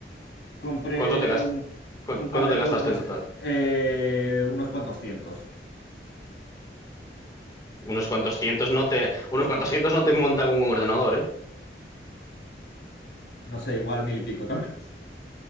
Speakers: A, on the left (about 80°); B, on the left (about 20°).
A: Compré
B: ¿cuánto te gas-
A: un,
B: cu-
A: un
B: cuánto
A: par de
B: te gastaste
A: módulos más,
B: en total?
A: <laughs> eh, unos cuantos cientos.
B: Unos cuantos cientos no te, unos cuantos cientos no te montan un ordenador, ¿eh?
A: No sé, igual mil y pico también. <laughs>